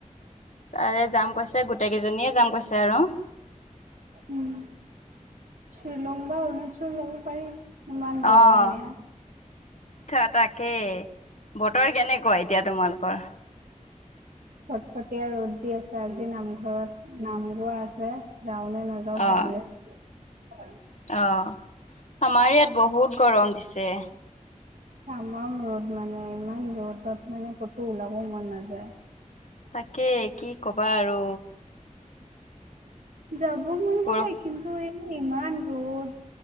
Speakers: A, on the left; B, on the right.
A: তাৰে যাম কৈছে, গোটেই কেইজনীয়ে যাম কৈছে আৰু।
B: উম, শ্বিলং বা অৰুণাচল যাব পাৰি। ইমান গৰম
A: অ'।
B: ইয়াত
A: থা তাকেই। বতৰ কেনেকুৱা এতিয়া তোমালোকৰ?
B: কটকটীয়া ৰ'দ দি আছে, আজি নামঘৰত নাম গোৱা আছে যাওঁ নে না
A: অ
B: যাওঁ ভাবি আছোঁ।
A: অ' আমাৰ ইয়াত বহুত গৰম দিছে।
B: তামাম ৰ'দ মানে, ইমান ৰ'দত মানে ক'তো ওলাব মন নাযায়।
A: তাকেই কি ক'বা আৰু।
B: যাব মন যায়
A: পৰ
B: কিন্তু এ, ইমান ৰ'দ,